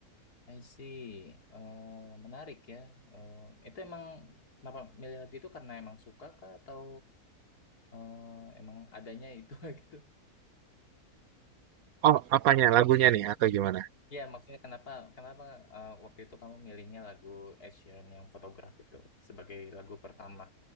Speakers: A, on the left (about 90°); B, on the right (about 75°).
A: I see. Eh, menarik ya. Eh, itu emang kenapa milih lagu itu karena emang suka kah atau eh, emang adanya itu <laughs> gitu?
B: Oh, apanya lagunya nih atau gimana?
A: Ya, maksudnya kenapa kenapa eh, waktu itu kamu milihnya lagu Ed Sheeran yang Photograph itu sebagai lagu pertama